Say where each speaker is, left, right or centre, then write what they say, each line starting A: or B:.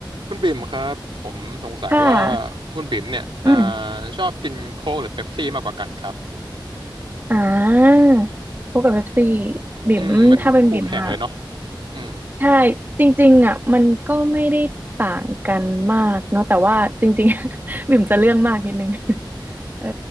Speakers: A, on the right; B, on the right.
A: คุณบิ่มครับผมสงสัยว่า
B: ค่ะ
A: คุณบิ่มเนี่ยอ่า
B: อืม
A: ชอบกินโค้กหรือเป๊ปซี่มากกว่ากันครับ
B: อ่าพวกกับเว็บซีบิ่มถ้าเป็นบิ่มอ่ะ
A: อืมเป็นคู่แข่งเลยเนาะอืม
B: ใช่จริงๆอ่ะมันก็ไม่ได้ต่างกันมากเนาะแต่ว่าจริงๆ <laughs> บิ่มจะเรื่องมากนิดนึง <laughs> เออ